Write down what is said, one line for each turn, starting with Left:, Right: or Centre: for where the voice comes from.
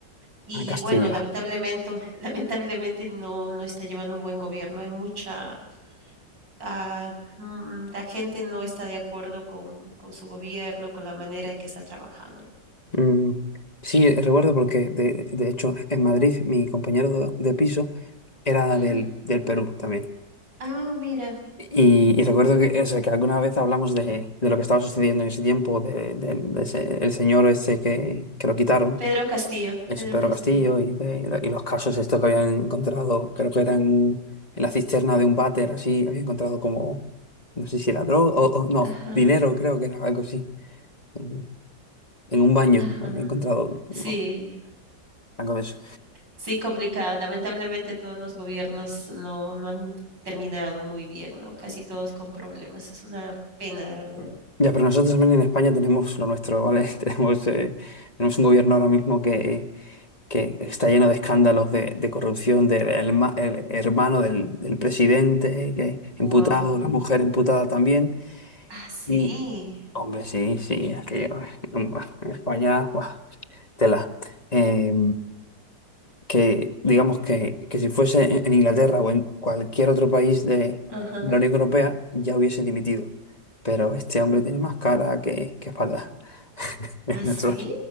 Right: Y
Left: A Castillo.
Right: bueno, lamentablemente, <laughs> lamentablemente no, no está llevando un buen gobierno. Hay mucha, ah, mm, la gente no está de acuerdo con, con su gobierno, con la manera en que está trabajando.
Left: Mm, sí, recuerdo porque, de, de hecho, en Madrid mi compañero de piso era
Right: <laughs>
Left: del, del Perú también.
Right: Ah, mira,
Left: Y, y recuerdo que, o sea, que alguna vez hablamos de, de lo que estaba sucediendo en ese tiempo, de, del- de ese- el señor ese que, que lo quitaron,
Right: Pedro Castillo,
Left: ese
Right: Pedro
Left: Pedro
Right: Castillo.
Left: Castillo, y, de, y los casos estos que habían encontrado, creo que eran en la cisterna de un váter, así, habían encontrado como, no sé si era droga, o, o no,
Right: Ajá,
Left: dinero, creo que era algo así, en, en un baño,
Right: ajá.
Left: había encontrado como
Right: Sí,
Left: algo de eso.
Right: sí, complicado. Lamentablemente todos los gobiernos no, no han terminado muy bien, ¿no? Casi todos con problemas. Es una pena, de verdad.
Left: Ya, pero nosotros también en España tenemos lo nuestro, ¿vale? <laughs> Tenemos, eh, tenemos un gobierno ahora mismo que... que está lleno de escándalos de, de corrupción del herma- el hermano del, del presidente, que
Right: Wow.
Left: imputado, la mujer imputada también.
Right: Ah, sí.
Left: Y, hombre, sí, sí, aquello <laughs> en España, buah, tela. Eh, que digamos que, que si fuese en en Inglaterra o en cualquier otro país de,
Right: Ajá.
Left: de la Unión Europea, ya hubiese dimitido. Pero este hombre tiene más cara que, que espalda. <laughs> Es
Right: Ah sí,
Left: nuestro-